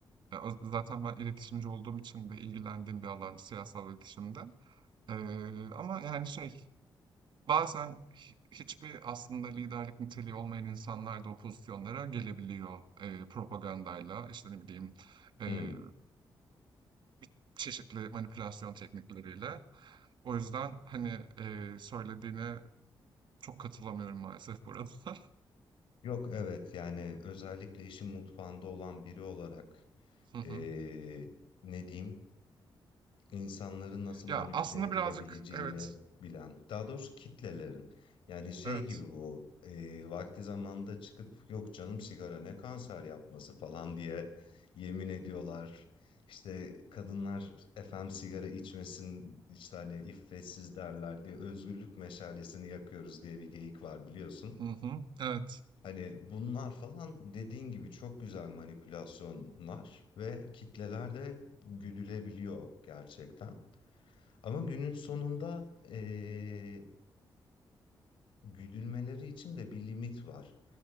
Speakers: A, on the right; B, on the left.
A: ya, o zaten ben iletişimci olduğum için de ilgilendiğim bir alan siyasal iletişimde. Eee, ama yani şey, Bazen hi- hiçbir aslında liderlik niteliği olmayan insanlar da o pozisyonlara gelebiliyor. Eee, propagandayla, işte ne bileyim, eee,
B: Hmm.
A: bir çeşitli manipülasyon teknikleriyle. O yüzden hani eee, söylediğine çok katılamıyorum maalesef burada. <laughs>
B: Yok evet yani özellikle işin mutfağında olan biri olarak
A: Hı hı.
B: eee, ne diyeyim? insanların nasıl
A: Ya
B: manipüle
A: aslında
B: edilebileceğini
A: birazcık evet,
B: bilen, daha doğrusu kitlelerin. Yani şey
A: evet.
B: gibi bu e, vakti zamanında çıkıp yok canım sigara ne kanser yapması falan diye yemin ediyorlar. İşte kadınlar efendim sigara içmesin işte hani iffetsiz derler diye özgürlük meşalesini yakıyoruz diye bir geyik var biliyorsun.
A: Hı hı, evet.
B: Hani bunlar falan dediğin gibi çok güzel manipülasyonlar ve kitleler de güdülebiliyor gerçekten. Ama günün sonunda eee, güdülmeleri için de bir limit var.